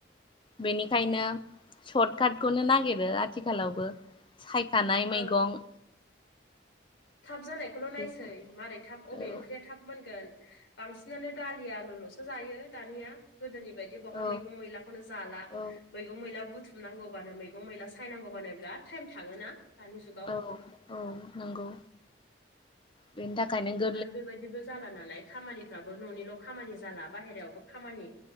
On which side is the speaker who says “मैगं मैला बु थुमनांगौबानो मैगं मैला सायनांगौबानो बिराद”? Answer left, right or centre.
Left